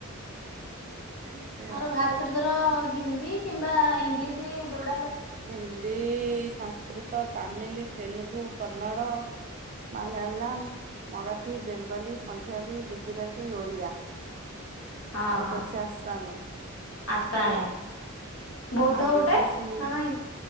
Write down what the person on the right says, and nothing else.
ଏମିତି
ଆଉ
ହିନ୍ଦୀ ସଂସ୍କୃତ ତାମିଲ ତେଲୁଗୁ କନ୍ନଡ଼। ମାଲଲାୟମ୍ ମରାଠୀ ବେଙ୍ଗଲୀ ପଞ୍ଜାବୀ ଗୁଜୁରାଟି ଓଡ଼ିଆ।
ଆଉ
ଗୋଟେ ଅଛି ଆସାମି।
ହେଲା ହଁ
ଆଉ
ବିଦେଶୀ